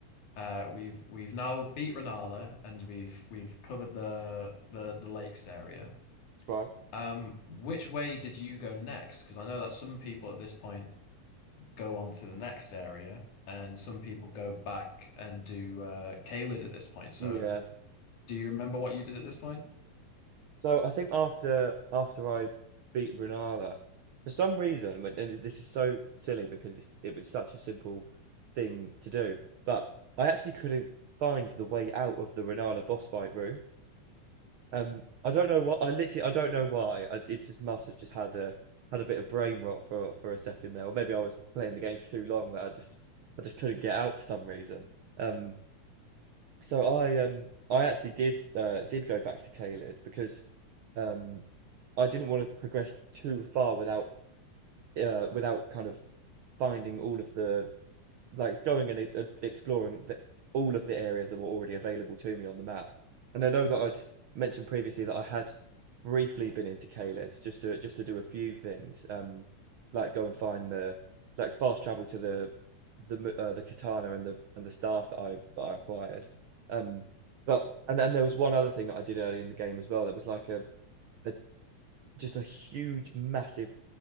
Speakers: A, on the left (about 70°); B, on the right (about 75°).
A: uh, we've we've now beat Rennala and we've we've covered the the the lakes area.
B: right.
A: Um, which way did you go next? Because I know that some people at this point go on to the next area, and some people go back and do uh Caelid at this point. So,
B: Yeah.
A: do you remember what you did at this point?
B: So I think after after I beat Renala, for some reason, but- and this is so silly because it's, it was such a simple thing to do, but I actually couldn't find the way out of the Renala boss fight room. Um, I don't know what I literally I don't know why. I, it just must have just had a had a bit of brain rot for for a second there, or maybe I was playing the game for too long that I just I just couldn't get out for some reason. Um, so I um I actually did uh, did go back to Caelid because Um, I didn't want to progress too far without uh, without kind of finding all of the like going and e- e- exploring the, all of the areas that were already available to me on the map. And I know that I'd mentioned previously that I had briefly been into Caelid just to just to do a few things, um, like go and find the like fast travel to the the uh, the katana and the and the staff that I that I acquired. Um, but and then there was one other thing that I did early in the game as well. That was like a a just a huge, massive,